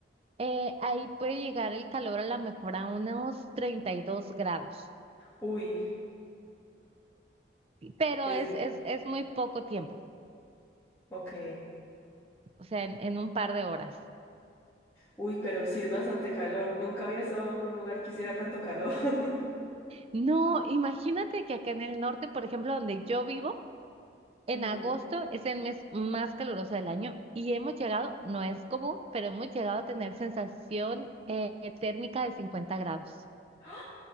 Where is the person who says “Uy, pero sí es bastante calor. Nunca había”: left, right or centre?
Left